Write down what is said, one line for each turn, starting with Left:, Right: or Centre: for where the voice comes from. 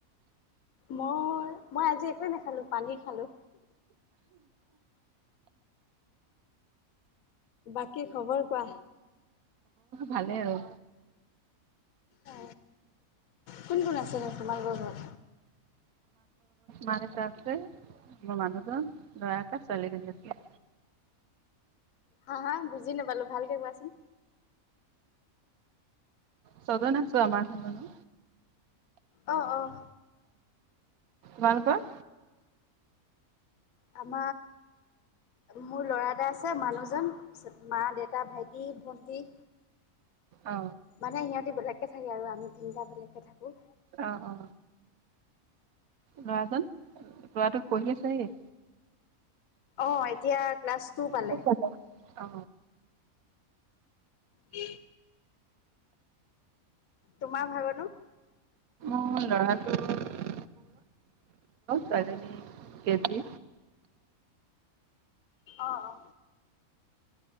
Left: মই মই আজি একোৱে নাখালো পানী খালো বাকী খবৰ কোৱা
Right: ভালে আৰু
Left: অ কোন কোন আছে নছেো মালগ ঘৰত
Right: মাৰ তছে মোৰ মানুহজন দয়াক চলি গছিল
Left: হা হা বুজি নাপালো ভালকে কোৱাচোন
Right: চদ নছ ম নানো
Left: আহ আহ
Right: ভালক
Left: আম মোৰ ল'ৰা এটা আছে মানুহজনত মা দেউতা ভাইটি ভন্টি
Right: অ
Left: মানে ইিহঁতি বেলেগকে থাকে আৰু আমি তিনিটা বেলেগকে থাকো
Right: অ অ ল'ৰাজন ল'ৰাটোোক পঢ়ি আছেহি
Left: অ এতিয়া ক্লাছ টু পালে
Right: অ
Left: উ তোমাৰ ভাগনো
Right: অ ল'ৰাটো তদনেী কেজি
Left: অ অ